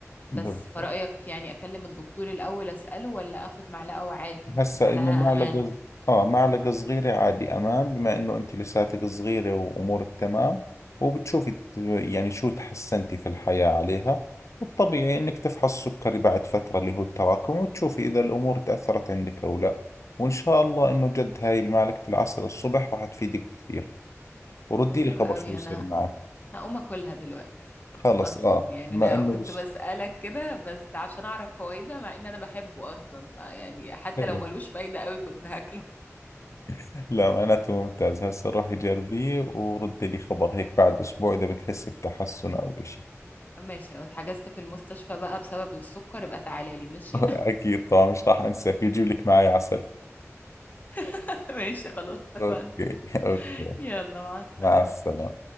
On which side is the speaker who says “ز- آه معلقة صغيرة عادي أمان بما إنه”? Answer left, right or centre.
Left